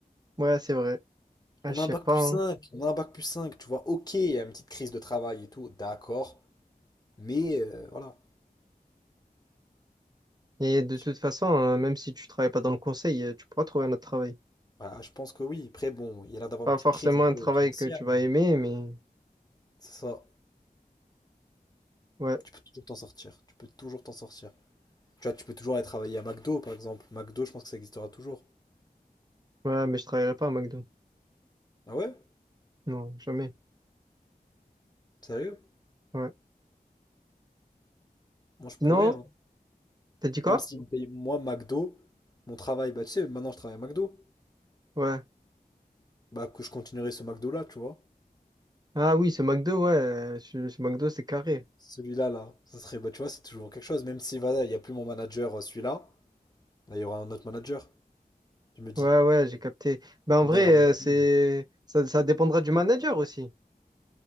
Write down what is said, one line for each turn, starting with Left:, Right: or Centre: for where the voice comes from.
Right: ouais, c'est vrai. Ah,
Left: On
Right: je
Left: a
Right: sais
Left: un bac
Right: pas.
Left: plus
Right: hein.
Left: cinq on a un bac plus cinq tu vois. Ok, il y a une petite crise de travail et tout, d'accord. Mais euh, voilà.
Right: Et de
Left: Tu-
Right: toute façon, euh, même si tu travailles pas dans le conseil, euh, tu pourras trouver un autre travail.
Left: voilà, je pense que oui. Après, bon, il y a l'air d'avoir
Right: Pas
Left: une petite
Right: forcément
Left: crise un peu
Right: un travail
Left: financière,
Right: que tu vas
Left: mais
Right: aimer, mais
Left: c'est ça.
Right: ouais,
Left: Tu peux toujours t'en sortir. Tu peux toujours t'en sortir. Tu vois, tu peux toujours aller travailler à McDo, par exemple. McDo, je pense que ça existera toujours.
Right: ouais, mais je travaillerai pas à McDo.
Left: Ah ouais?
Right: Non, jamais.
Left: Sérieux?
Right: Ouais.
Left: Moi, je
Right: Sinon,
Left: pourrais, hein.
Right: t'as dit quoi?
Left: Même s'ils me payent, moi, McDo, mon travail, bah, tu sais, maintenant, je travaille à McDo.
Right: Ouais.
Left: Bah, que je continuerai ce McDo-là, tu vois.
Right: Ah oui, ce McDo, ouais, euh, ce ce McDo, c'est carré.
Left: Celui-là, là, ça serait, bah, tu vois, c'est toujours quelque chose. Même si, voilà, il n'y a plus mon manager, euh, celui-là, bah, il y aura un autre manager, je me dis.
Right: Ouais, ouais, j'ai capté. Ben en
Left: Il
Right: vrai,
Left: me donnera mon prix.
Right: euh, c'est ça, ça dépendra du manager aussi.